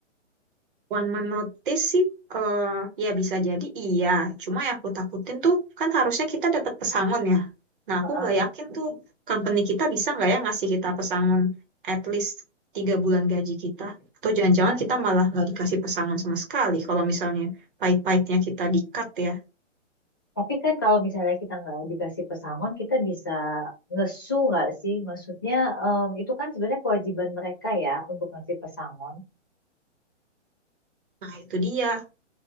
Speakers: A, on the right; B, on the left.
A: One man notice sih, eh, ya bisa jadi iya. Cuma yang aku takutin tuh, kan harusnya kita dapat pesangon ya. Nah,
B: Heeh.
A: aku nggak yakin tuh, company kita bisa nggak ya ngasih kita pesangon at least tiga bulan gaji kita. Atau jangan-jangan
B: Nah,
A: kita malah nggak dikasih pesangon sama sekali kalau misalnya pahit-pahitnya kita di-cut ya.
B: tapi kan kalau misalnya kita nggak dikasih pesangon, kita bisa ngesu nggak sih? Maksudnya em, itu kan sebenarnya kewajiban mereka ya untuk ngasih pesangon.
A: Nah, itu dia.